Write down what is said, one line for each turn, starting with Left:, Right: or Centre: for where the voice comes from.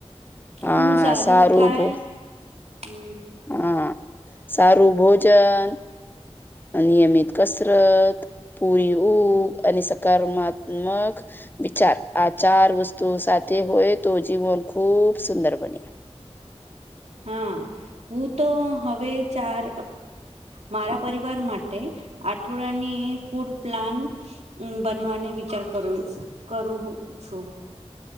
Left: હા
Right: હઊ સારું થાય
Left: ભો
Right: હમ.
Left: હા સારું ભોજન નિયમિત કસરત પૂરી
Right: હમ.
Left: ઉઘ અને સકારમાત્મક વિચાર આ ચાર વસ્તુઓ સાથે હોય તો જીવન ખુબ સુંદર બને.
Right: હા, હું તો હવે ચાર મારા પરિવાર માટે, આઠવાડની ફૂડ પ્લાન બનવાને વિચાર કરુ કરું છું.